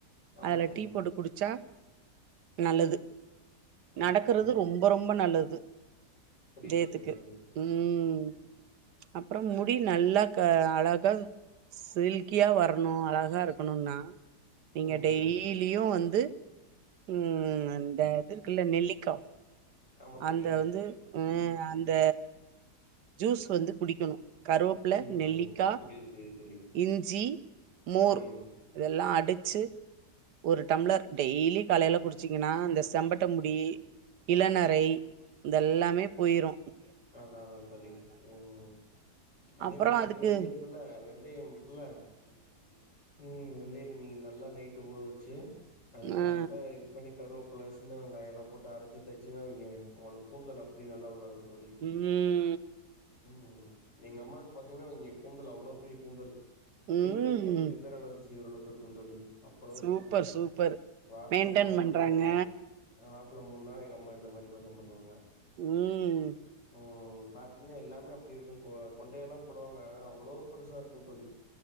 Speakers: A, on the left; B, on the right.
A: ஆமா
B: அதுல
A: தோழி
B: டீ போட்டு குடிச்சா நல்லது
A: ம்
B: நடக்குறது ரொம் ரொம்ப நல்லது
A: புரியுது
B: இதயத்துக்கு
A: புரியுது தோழி
B: ம் அப்றம் முடி நல்லா க அழகா சில்கியா வரணு அழகா இருக்குணுன்னா நீங்க
A: ம்
B: டெய்லியு வந்து ம் அந்த இது இருக்குல்ல நெல்லிக்கா
A: ஆமா தோழி
B: அந்த வந்து அ அந்த ஜூஸ் வந்து குடிக்கணு கருவப்பில
A: ம்
B: நெல்லிக்கா
A: புரியுது புரியுது தோழி
B: இஞ்சி மோர்
A: ம்
B: இதெல்லா அடிச்சி ஒரு டம்ளர் டெய்லி காலைல குடிச்சீங்கன்னா இந்த செம்பட்ட முடி இளந ரை இதெல்லாமே போய்ரு
A: அதா அதா தோழி ம் அதே
B: அப்புறோ
A: மாரி பாத்தீங்கன்னா
B: அதுக்கு
A: இது இருக்குல்ல வெந்தயம் இருக்குல்ல ம் வெந்தயோ நீ நல்லா நைட்டு் ஊற வச்சு அத கால்ல
B: ஆ
A: இது பண்ணி கருவேப்பில சின்ன வெங்காயோ எல்லா போட்டு அரச்சி தேச்சிங்கனா வைக்க உங்ளுக்கு கூந்தல் அப்டி நல்லா வளருந்தோழி
B: ம்
A: ம் ம் எங்க அம்மாக்கு பாத்தீங்கன்னா இங்க கூந்தல் அவ்ளோ பெரிய கூந்தல் சீவுரதுக்கே
B: ம்
A: ரெண்டு பேர் அளவுக்கு சீவர அளவுக்கு இருக்கு தோழி அப்பளோப்
B: சூப்பர்
A: பெரிய கூந்தல்
B: சூப்பர்
A: வாரத்துல
B: மெயின்டென்
A: மூணு
B: பண்றாங்க
A: நாள் எங்க அம்மா வாரத்துல மூண் நாள் எங்க அம்மா இந்த மாரி போய்தா பண்ணுவாங்க
B: ம் ம்
A: ம் பாத்தீங்கன்னா எல்லாமே அப்டி இருக்கு கொண்டை எல்லா போடுவாங்க அவ்ளோ பெருசா இருக்கு தோழி